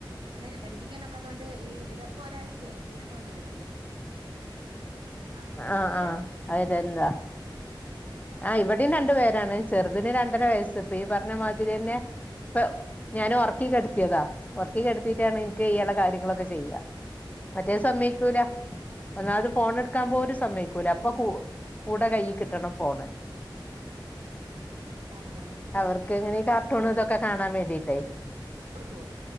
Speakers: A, on the right (about 80°); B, on the left (about 20°).
A: അതേല്ലെ പഠിപ്പിക്കാൻ ഒക്കാത്തതൊണ്ട് ഈപ്പ ഒരാഴ്ചയായി ട്യൂഷൻ കൊണ്ട് വിടുന്നുണ്ട് അവി
B: ആഹ
A: അവിടെയോ
B: ആഹ് അയിതന്താ ആഹ ഇവിടെയും രുണ്ട് പേരാണ് ചെറുതിന് രണ്ടര
A: അവിടെ
B: വയസ്സ് ഇപ്പൊ ഈ പറഞ്ഞ മാതിരി തന്നെ ഇപ്പ ഞാൻ ഒർക്കി കെടുത്തിയതാ ഒർക്കി കെടത്തിട്ടാണ് ഇൻക്ക് ഈ എള കാര്യങ്ങളൊക്കെ
A: ആ
B: ചെയ്യ മറ്റേ സമ്മയ്ക്കൂല ഒന്നാമത് ഫോൺ എടുക്കാൻ പോലും സമ്മയ്ക്ക ക്കൂല
A: ഉം
B: അപ്പൊ
A: ഉം
B: കൂ കൂടെ കൈ കിട്ടണം ഫോണ്
A: ആ ആ
B: അവർക്ക് ഇങ്ങനെ കാർട്ടൂൺ ഇതൊക്കെ കാണാൻ വേണ്ടിട്ടേ
A: കൊടുക്കുവോ